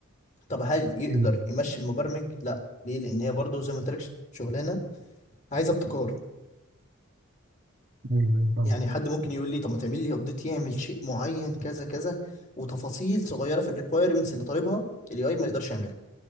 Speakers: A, on the left; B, on the right.
A: طب هل يقدر
B: مم.
A: يمشي المبرمج لا ليه لان هي برضه زي ما قلت لك ش- شغلانه عايزه ابتكار
B: ايوه فاهم
A: يعني حد ممكن يقول لي طب ما تعمل لي ابديت يعمل شيء معين كذا كذا وتفاصيل صغيره في الريكويرمنتس اللي طالبها الاي اي ما يقدرش يعملها